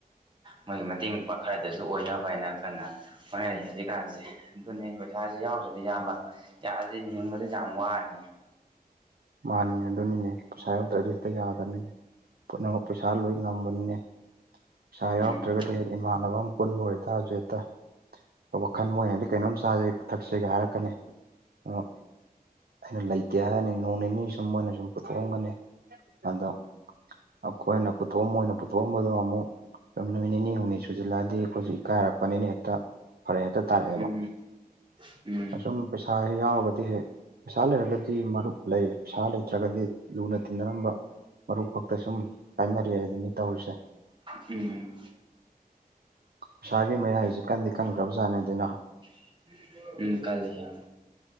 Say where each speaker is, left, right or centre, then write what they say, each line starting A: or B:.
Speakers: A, on the right; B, on the right.
A: ꯃꯣꯏꯒꯤ ꯃꯇꯦꯡ ꯄꯥꯡꯈꯠ ꯗꯁꯨ ꯑꯣꯏꯅꯕ ꯍꯥꯏꯅ ꯀꯟꯅ ꯍꯣꯠꯅꯔꯤ ꯍꯧꯖꯤꯛꯀꯥꯟꯖꯦ ꯑꯗꯨꯅꯤ ꯄꯩꯁꯥꯥꯖꯦ ꯌꯥꯎꯗ꯭ꯔꯥꯗꯤ ꯏꯌꯥꯝꯕ ꯌꯥꯗꯦꯅꯦ ꯍꯤꯡꯕꯗ ꯌꯥꯝ ꯋꯥꯏꯅꯦ
B: ꯃꯥꯅꯤꯅꯦ ꯑꯗꯨꯅꯤꯅꯦ ꯄꯩꯁꯥ ꯌꯥꯎꯗ꯭ꯔꯥꯗꯤ ꯍꯦꯛꯇꯥ ꯌꯥꯗꯃꯤꯅꯦ ꯄꯨꯝꯅꯃꯛ ꯄꯩꯁꯥ ꯂꯣꯏ ꯉꯝꯕꯅꯤꯅꯦ ꯄꯩꯁꯥ ꯌꯥꯎꯔꯛꯇ꯭ꯔꯥꯒꯗꯤ
A: ꯎꯝ
B: ꯍꯥꯏꯗꯤ ꯏꯃꯥꯟꯅꯕ ꯑꯝ ꯄꯨꯟꯕ ꯑꯣꯏꯇꯥꯔꯖꯨ ꯍꯦꯛꯇꯥ ꯋꯥꯈꯜ ꯃꯣꯏꯅꯗꯤ ꯀꯩꯅꯣꯝ ꯆꯥꯖꯦ ꯊꯛꯁꯦꯒ ꯍꯥꯏꯔꯛꯀꯥꯅꯤ ꯎꯝ ꯑꯩꯅ ꯂꯩꯇꯦ ꯍꯥꯏꯔꯅꯤ ꯅꯣꯡ ꯅꯤꯅꯤ ꯁꯨꯝ ꯃꯣꯏꯅ ꯁꯨꯝ ꯄꯨꯊꯣꯛꯑꯝꯒꯅꯤ ꯑꯗꯣ ꯑꯈꯣꯏꯅ ꯄꯨꯊꯣꯛꯑ ꯃꯣꯏꯅ ꯄꯨꯊꯣꯛꯑꯝꯕꯗꯣ ꯑꯃꯨꯛ ꯁꯨꯝ ꯅꯨꯃꯤꯠ ꯅꯤꯅꯤ ꯍꯨꯝꯅꯤ ꯁꯨꯖꯤꯜꯂꯛꯑꯗꯤ ꯑꯈꯣꯏꯖꯨ ꯏꯀꯥꯏꯔꯛꯄꯅꯤꯅ ꯍꯦꯛꯇ ꯐꯥꯔꯛ ꯍꯦꯛꯇꯥ ꯇꯥꯔꯛꯑꯦꯕ
A: ꯎꯝ ꯎꯝ
B: ꯑꯗꯨꯝ ꯄꯩꯁꯥꯖꯦ ꯍꯦꯛ ꯌꯥꯎꯔꯒꯗꯤ ꯍꯦꯛ ꯄꯩꯁꯥ ꯂꯩꯔꯒꯗꯤ ꯃꯔꯨꯞ ꯂꯩ ꯄꯩꯁꯥ ꯂꯩꯇ꯭ꯔꯥꯒꯗꯤ ꯂꯨꯅ ꯇꯤꯟꯅꯔꯝꯕ ꯃꯔꯨꯞ ꯐꯛꯇꯥ ꯁꯨꯝ ꯀꯥꯏꯅꯔꯦ ꯍꯥꯏꯗꯨꯅꯤ ꯇꯧꯔꯤꯁꯦ
A: ꯎꯝ
B: ꯄꯩꯁꯥꯒꯤ ꯃꯌꯥꯏꯁꯤ ꯀꯟꯗꯤ ꯀꯟꯈ꯭ꯔꯕꯖꯥꯠꯅꯤ ꯑꯗꯨꯅ
A: <unintelligible> ꯎꯝ ꯀꯜꯂꯦ ꯌꯥꯝ